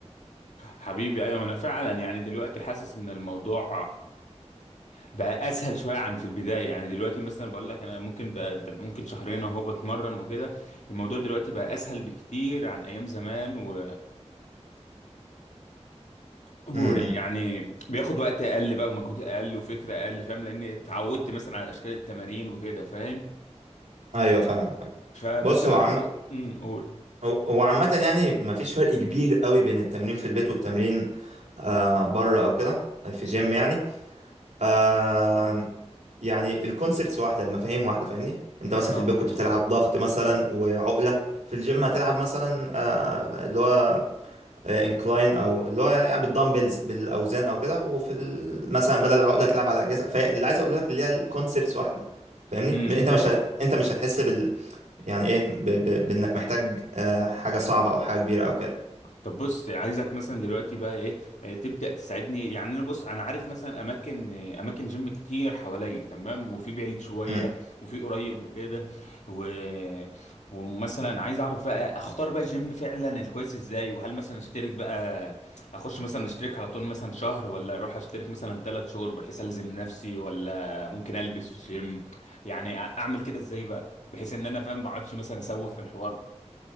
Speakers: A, on the left; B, on the right.
A: حبيبي ايوه انا فعلا يعني دلوقتي حاسس ان الموضوع بقى اسهل شويه عن في البدايه يعني دلوقتي مثلا بقول لك انا ممكن بقى ممكن شهرين اهو بتمرن وكده الموضوع دلوقتي بقى اسهل بكتير عن ايام زمان و ويعني
B: امم
A: بياخد وقت اقل بقى ومجهود اقل وفكره اقل فاهم لان اتعودت مثلا على اشكال التمارين وكده فاهم
B: ايوه فاهمك فاهم.
A: فبس
B: بص
A: انا
B: هو عم
A: برضو امم قول
B: هو هو عامة يعني مفيش فرق كبير قوي بين التمرين في البيت والتمرين آه بره او كده في جيم يعني آم، يعني الكونسبتس واحده المفاهيم واحده فاهمني انت مثلا
A: اه
B: في البيت كنت بتلعب ضغط مثلا وعقله في الجيم هتلعب مثلا آه، اللي هو انكلاين او اللي هو يعني بالدمبلز بالاوزان او كده وفي ال- مثلا بدل العقله تلعب على اجهزه فاللي عايز اقول لك اللي هي الكونسبتس واحده فاهمني
A: امم.
B: م- انت مش ه- انت مش هتحس بال يعني ايه ب... ب... بانك محتاج آه، حاجه صعبه او حاجه كبيره او كده
A: طب بص عايزك مثلا دلوقتي بقى ايه آه، تبدأ تساعدني يعني انا بص انا عارف مثلا اماكن آه، اماكن جيم كتير حواليا تمام وفي بعيد شوية
B: مم.
A: وفي قريب وكده و... ومثلا عايز اعرف بقى اختار بقى جيم فعلا الكويس ازاي وهل مثلا اشترك بقى اخش مثلا اشترك على طول مثلا شهر ولا اروح اشترك مثلا ثلاث شهور بحيث الزم نفسي ولا ممكن البس في جيم يعني أ- اعمل كده ازاي بقى بحيث ان انا فاهم ما اقعدش مثلا اسوف في الحوار